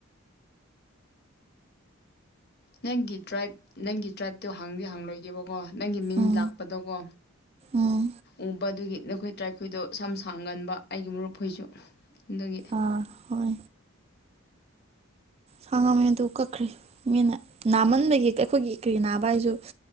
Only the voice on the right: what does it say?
ꯎꯝ
ꯎꯝ
ꯑꯥ ꯍꯣꯏ ꯁꯥꯡꯉꯝꯃꯦ ꯑꯗꯨ ꯀꯛꯈ꯭ꯔꯦ ꯃꯤꯅ ꯅꯥꯃꯟꯕꯒꯤ ꯑꯩꯈꯣꯏꯒꯤ ꯀ꯭ꯔꯤ ꯅꯥꯕ ꯍꯥꯏꯁꯨ